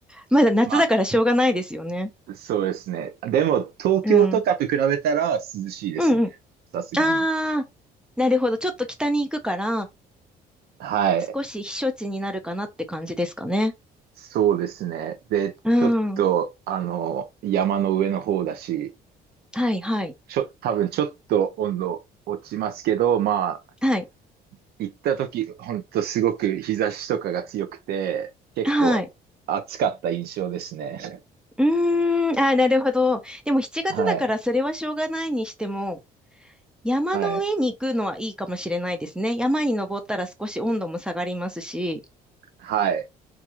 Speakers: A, in the centre; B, on the right (about 70°).
A: まだ夏だからしょうがないですよね。
B: まそうですね。でも、東京とかと比べたら涼しいですね。
A: うん。うんうん。
B: さすがに。
A: ああ、なるほど。ちょっと北に行くから、
B: はい。
A: 少し避暑地になるかなって感じですかね。
B: そうですね。で、
A: うん。
B: ちょっと、あの、山の上の方だし、
A: はいはい。
B: ちょ、多分ちょっと温度落ちますけど、まあ、
A: はい。
B: 行った時、ほんとすごく日差しとかが強くて、結構暑かった印象ですね。
A: はい。うーん。ああ、なるほど。でも7月だからそれはしょうがないにしても、
B: はい。
A: 山の上に行くのはいいかもしれないですね。
B: はい。
A: 山に登ったら少し温度も下がりますし、
B: はい。